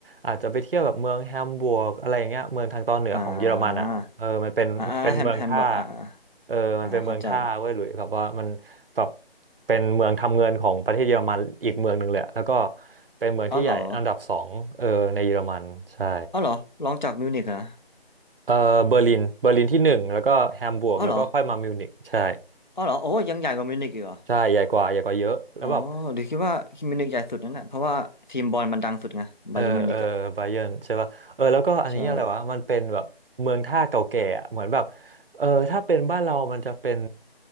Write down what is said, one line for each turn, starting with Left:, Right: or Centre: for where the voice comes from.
Right: อาจจะไปเที่ยวแบบเมืองแฮมบวร์กอะไรอย่างเงี้ยเมืองทางตอนเหนือของเยอรมันอ่ะเออมันเป็นมันเป็นเมืองท่า
Left: อ่าอ่าอ่าแฮมแฮมเบอร์กอ่า
Right: เออมันเป็นเมืองท่าเว้ยหลุยแบบว่ามันแบบ
Left: อ่าเข้าใจ
Right: เป็นเมืองทำเงินของประเทศเยอรมันอีกเมืองหนึ่งเลยแล้วก็เป็นเมืองที่ใหญ่อันดับสองเออในเยอรมันใช่
Left: อ๋อเหรออ๋อเหรอลองจากมิวนิกเหรอนะ
Right: เออเบอร์ลินเบอร์ลินที่หนึ่งแล้วก็แฮมบูร์กแล้วก็ค่อยมามิวนิกใช่
Left: อ๋อเหรออ๋อเหรอโอ้ยังใหญ่กว่ามิวนิกอีกเหรอ
Right: ใช่ใหญ่กว่าใหญ่กว่าเยอะแล้วแบบ
Left: อ๋อเดี๋ยวคิดว่ามิวนิกใหญ่สุดนั่นแหละเพราะว่าทีมบอลมันดังสุดไงบาเยิร์นมิวนิกอ่ะ
Right: เออเออไบเยิร์นใช่ป่ะเออแล้วก็อันนี้อะไรวะมันเป็นแบบเมืองท่าเก่าแก่อะเหมือนแบบ
Left: ใช่
Right: เออถ้าเป็นบ้านเรามันจะเป็น